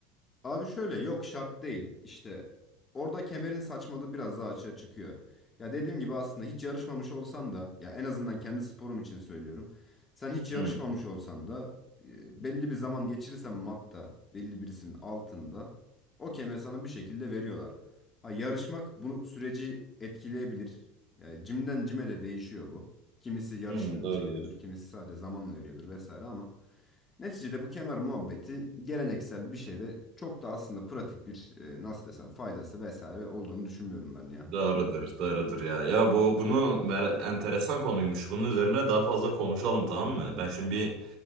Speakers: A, on the left (about 20°); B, on the right (about 45°).
A: Abi şöyle yok şart değil işte orada kemerin saçmalığı biraz daha açığa çıkıyor. Ya dediğim gibi aslında hiç yarışmamış olsan da ya en azından kendi sporum için söylüyorum. Sen hiç yarışmamış
B: Hı,
A: olsan da e, belli bir zaman geçirirsen matta belli birisinin altında o kemeri sana bir şekilde veriyorlar. Ha yarışmak bu süreci etkileyebilir. Yani cimden cime de değişiyor bu. Kimisi yarıştığın
B: hı, doğru
A: için veriyordur, kimisi sadece zamanla veriyordur vesaire ama. Neticede bu kemer muhabbeti geleneksel bir şey ve çok da aslında pratik bir e, nasıl desem faydası vesaire olduğunu düşünmüyorum ben ya.
B: Doğrudur, doğrudur ya. Ya bu bunu mer- enteresan konuymuş. Bunun üzerine daha fazla konuşalım tamam mı? Ben şimdi bir